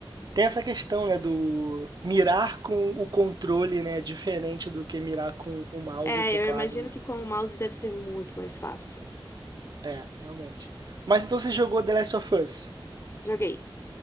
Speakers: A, on the right; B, on the left.
A: Tem essa questão, né, do mirar com o controle, né, diferente do que mirar com o mouse
B: É,
A: e teclado,
B: eu imagino
A: né?
B: que com o mouse deve ser muito mais fácil.
A: É, realmente. Mas então você jogou The Last of Us?
B: Joguei.